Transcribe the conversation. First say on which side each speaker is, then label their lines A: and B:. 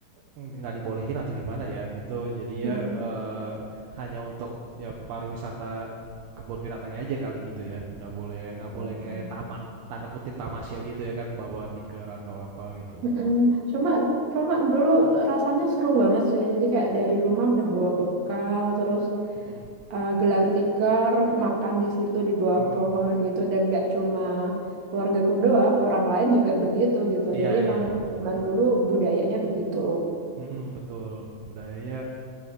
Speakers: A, on the right; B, on the right.
A: nggak dibolehin atau gimana ya, itu jadinya,
B: Mm-mm.
A: eee, hanya untuk ya pariwisata kebun binatangnya aja kali gitu ya, nggak boleh nggak boleh
B: Oke.
A: kayak tamak tanda kutip tamasya gitu ya kan, bawa tikar atau apa gitu.
B: Mm-mm. Cuma cuma dulu rasanya seru banget sih. Jadi kayak dari rumah udah bawa bekal, terus
A: Mhm,
B: eh, gelar tikar makan di situ di bawah
A: mhm.
B: pohon gitu dan nggak cuma keluargaku doang orang lain juga begitu gitu
A: Iya
B: jadi
A: iya,
B: emang
A: mhm.
B: zaman dulu budayanya begitu
A: Mhm, betul. Budayanya,